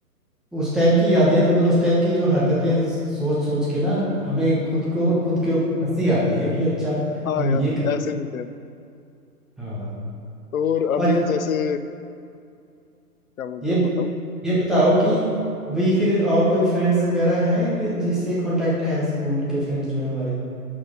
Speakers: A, in the centre; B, on the left (about 60°).
A: उस टाइम की यादें तो मतलब उस टाइम की जो हरकतें सोच सोच के ना हमें खुद को
B: हो
A: खुद के ऊपर हंसी आती है कि अच्छा
B: <laughs> हाँ
A: हम
B: यार
A: ये कर
B: ऐसे भी थे हम।
A: हाँ
B: और अभी
A: अच्छा
B: जैसे क्या बोल
A: ये
B: रहे हो बताओ
A: ये बताओ कि अभी फिर और कोई फ्रेंड्स वगैरह हैं कि- जिससे कांटेक्ट है स्कूल के फ्रेंड्स जो है हमारे